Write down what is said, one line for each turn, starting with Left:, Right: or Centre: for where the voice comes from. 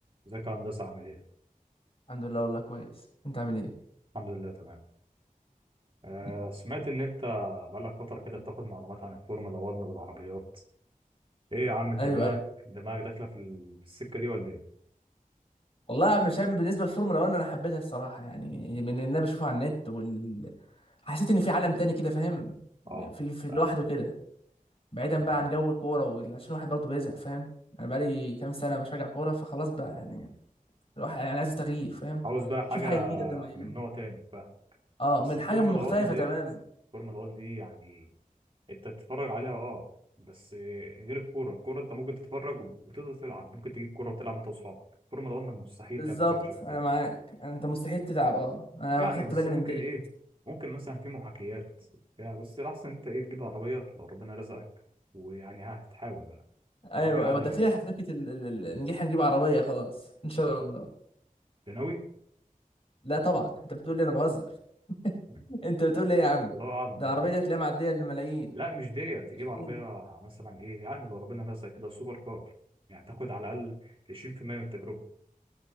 Right: ازيك يا هندسة عامل ايه؟
Left: الحمد لله والله كويس انت عامل ايه
Right: الحمد لله تمام. آه
Left: مم.
Right: سمعت ان انت بقالك فترة كده بتاخد معلومات عن الفورمولا 1 والعربيات. ايه يا عم انت
Left: ايوه
Right: دماغك
Left: ايوه
Right: دماغك داخلة في ال- في السكة دي ولا ايه؟
Left: والله مشان بالنسبه للفورمولا 1 انا حبيتها الصراحه يعني من اللي انا بشوفه على النت وال... حسيت ان في عالم تاني كده فاهم
Right: اه
Left: في في
Right: فاهم
Left: لوحده كده بعيدا بقى
Right: تمام.
Left: عن جو الكوره وال- عشان الواحد برضه بيزهق فاهم انا بقالي كام سنه بشجع كوره فخلاص بقى يعني الواحد يعني عايز تغيير فاهم
Right: عاوز بقى حاجة
Left: شوف حاجه جديده قدام عينه
Right: من نوع تاني فاهمك.
Left: اه
Right: بس
Left: من
Right: الفورمولا
Left: حاجه مختلفه
Right: 1 ديت
Left: تمام
Right: الفورمولا 1 دي يعني انت تتفرج عليها اه بس غير الكورة، الكورة انت ممكن تتفرج وتقدر تلعب، ممكن تجيب كورة وتلعب انت واصحابك. الفورمولا 1 مستحيل
Left: بالظبط
Right: تعمل حاجة شبه كده.
Left: انا معاك انت مستحيل تتعب اه انا
Right: يعني
Left: خدت
Right: بس
Left: بالي
Right: ممكن
Left: من دي
Right: ايه ممكن مثلا في محاكيات بتاع بس الاحسن انت ايه تجيب عربيه لو ربنا رزقك ويعني ها هتحاول بقى
Left: ايوه
Right: عربيه عاديه
Left: ايوه داخلين حفلة ال... ال... ال- نجيح نجيب عربيه خلاص ان شاء الله
Right: أنت ناوي
Left: لا طبعا انت بتقول لي انا بهزر
Right: <laughs>
Left: انت بتقول لي ايه يا عم
Right: الله اعلم
Left: ده
Right: برضه
Left: العربيه دي هتلاقيها معديه للملايين
Right: لا مش ديت تجيب
Left: 20
Right: عربيه مثلا ايه يعني لو ربنا رزقك كده سوبر كار يعني تاخد على الاقل 20% من التجربه